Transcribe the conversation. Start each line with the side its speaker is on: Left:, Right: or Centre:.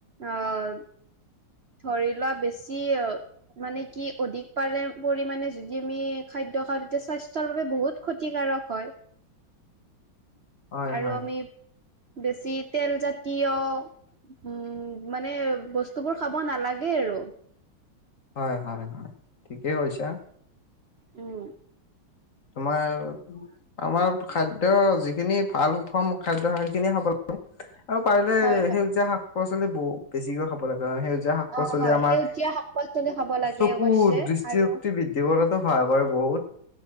Right: অ', ধৰি লোৱা বেছি মানে কি অধিক পাৰে পৰিমাণে যদি আমি খাদ্য খাওঁ তেতিয়া স্বাস্থ্যৰ বাবে বহুত ক্ষতিকাৰক হয়
Left: হয়
Right: আৰু
Left: হয়।
Right: আমি বেছি তেলজাতীয় উম মানে বস্তু বস্তুবোৰ খাব নালাগে আৰু
Left: হয়- হয়- হয় ঠিকেই কৈছা।
Right: উম।
Left: তোমাৰ আমাৰ খাদ্য যিখিনি ভাল সুষম খাদ্য সেইখিনিয়ে খাব লাগে আৰু পাৰিলে
Right: হয় হয়
Left: সেউজীয়া শাক পাচলি বহু বেছিকৈ খাব লাগে কাৰণ সেউজীয়া শাক পাচলি
Right: অ হয়
Left: আমাৰ
Right: সেউজীয়া শাক পাচলি খাব লাগে
Left: চকু
Right: অৱশ্যে
Left: দৃষ্টিশক্তি
Right: আৰু
Left: বৃদ্ধি কৰাতো সহায় কৰে বহুত।